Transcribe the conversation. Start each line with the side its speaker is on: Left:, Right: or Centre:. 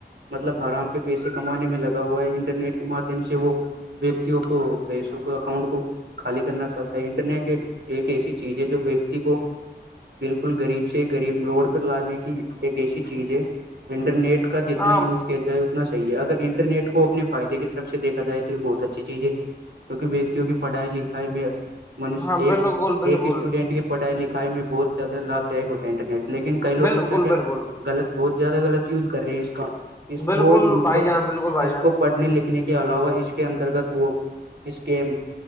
Right: مطلب آرام کے پیسے کمانے میں لگا ہوا ہے انٹرنیٹ کے مادھیم سے وہ وتی کو فیسک اکؤنٹ کو خالی کرنا سکتا ہے انٹرنیٹ ایک ایسی چیز ہے جو ویکتی کو بالکل غریب سے غریب لوڑ پہ لانے کی ایک ایسی چیز ہے انٹرنیٹ کا جتنا
Left: ہاں
Right: یوز کیا جائے اتنا صحیح ہے اگر انٹرنیٹ کو اپنے فائدے کے طرف سے دیکھا جائے تو یہ بہت اچھی چیز ہے کی کہ ویکتی کی پڑھائی لکھائی میں منش
Left: ہاں
Right: ایک
Left: بالکل بالکل
Right: ایک اسٹوڈینٹ کی پڑھائی لکھائی میں بہت زیادہ لابھ دائک ہوتا ہے انٹرنیٹ لیکن کئی لوگ
Left: بالکل
Right: اس کا کیا
Left: بالکل
Right: غلط بہت زیادہ غلط یوز کر رہے ہیں اس کا اس
Left: بالکل
Right: وہ ان
Left: بھائی
Right: کو
Left: جان بالکل بھائی
Right: اس
Left: جان
Right: کو پڑھنے لکھنے کے کے علاوہ اس کے انترگت وہ اسکم